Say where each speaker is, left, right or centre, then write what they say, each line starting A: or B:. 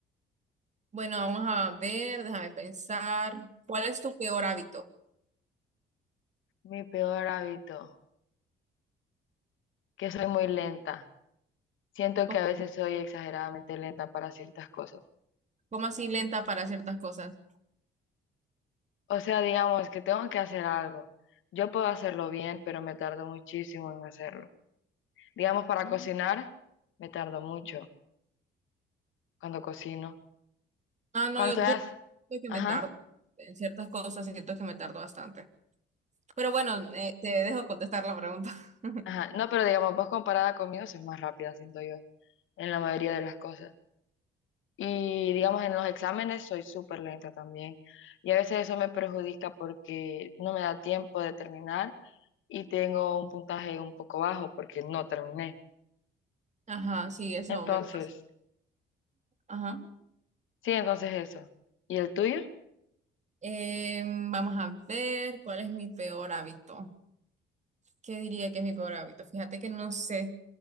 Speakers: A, on the right; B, on the left.
A: Bueno, vamos a ver, déjame pensar. ¿Cuál es tu peor hábito?
B: Mi peor hábito, que soy muy lenta. Siento
A: ¿Cómo,
B: que a veces soy exageradamente lenta para ciertas cosas.
A: cómo así lenta para ciertas cosas?
B: O sea, digamos que tengo que hacer algo. Yo puedo hacerlo bien, pero me tardo muchísimo en hacerlo. Digamos, para cocinar, me tardo mucho cuando cocino.
A: Ah, no,
B: Cuando
A: yo,
B: estoy...
A: yo
B: as-
A: siento que me
B: Ajá,
A: tardo en ciertas cosas, siento que me tardo bastante. Pero bueno, eh, te dejo contestar la pregunta. <laughs>
B: ajá. No, pero digamos, vos comparada conmigo sos más rápida, siento yo, en la mayoría de las cosas. Y digamos, en los exámenes soy súper lenta también. Y a veces eso me perjudica porque no me da tiempo de terminar y tengo un puntaje un poco bajo porque no terminé.
A: Ajá, sí, eso
B: Entonces,
A: me pasa. Ajá.
B: sí, entonces eso. ¿Y el tuyo?
A: Em, vamos a ver cuál es mi peor hábito. ¿Qué diría que es mi peor hábito? Fíjate que no sé,